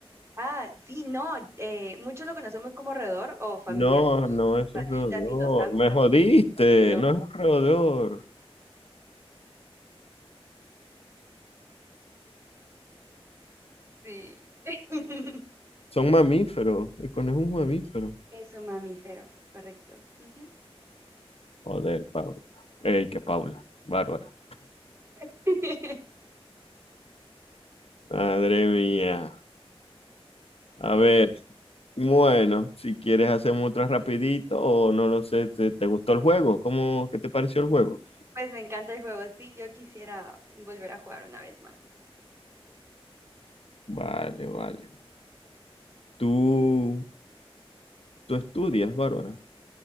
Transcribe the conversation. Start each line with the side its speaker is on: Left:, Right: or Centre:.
Right: Ah, sí, no, eh, muchos lo conocemos como roedor o familiar
Left: No,
Right: como de
Left: no
Right: las
Left: es
Right: ratitas
Left: un roedor.
Right: y los hámster,
Left: Me jodiste,
Right: pero no,
Left: no es un roedor.
Right: sí. <laughs>
Left: Son mamíferos. El conejo es un mamífero.
Right: Es un mamífero, correcto. Ujú.
Left: Joder, Paula. Ey, que Paula. Bárbara.
Right: <laughs>
Left: Madre mía. A
Right: Sí,
Left: ver. Bueno, si quieres hacemos otra rapidito o no lo sé, ¿te, te gustó el juego? ¿Cómo, qué te pareció el juego?
Right: pues me encanta el juego, sí, yo quisiera volver a jugar una vez más.
Left: Vale, vale. Tú, tú estudias, Bárbara.